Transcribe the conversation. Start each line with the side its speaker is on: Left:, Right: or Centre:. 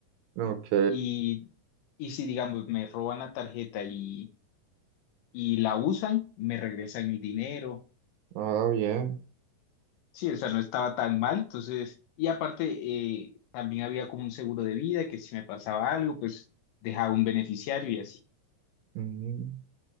Right: Ok,
Left: Y, y si, digamos, me roban la tarjeta y, y la usan, me regresan el dinero.
Right: ah, bien.
Left: Sí, o sea, no estaba tan mal, entonces, y aparte, eh, también había como un seguro de vida que si me pasaba algo, pues dejaba un beneficiario y así.
Right: Ujú.